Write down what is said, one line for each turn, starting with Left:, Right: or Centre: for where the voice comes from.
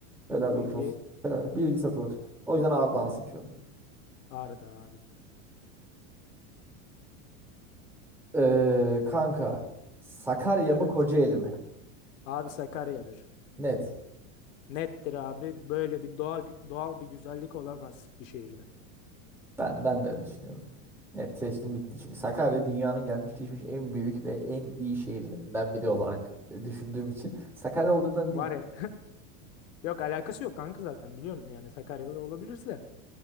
Centre: Helal
Left: Bu
Centre: hoş
Left: bilgiyi.
Centre: olsun. Helal. Bilgi satılır.
Left: Bakalım.
Centre: O yüzden Ağrı Dağı'nı seçiyorum.
Left: ağrıda ağrıda.
Centre: Ee, kanka Sakarya
Left: Evet.
Centre: mı Kocaeli mi?
Left: Abi Sakarya'dır.
Centre: Net.
Left: Nettir abi. Böyle bir doğa, doğal bir güzellik olamaz bir şehirde.
Centre: Ben ben de öyle düşünüyorum. Net seçtim gitti. Çünkü Sakarya dünyanın gelmiş geçmiş en büyük ve en iyi şehirlerinden biri olarak e, düşündüğüm için Sakarya olduğumdan
Left: Var
Centre: değil.
Left: ya. <laughs> Yok alakası yok kanka zaten biliyorsun. Yani Sakaryalı olabilirse.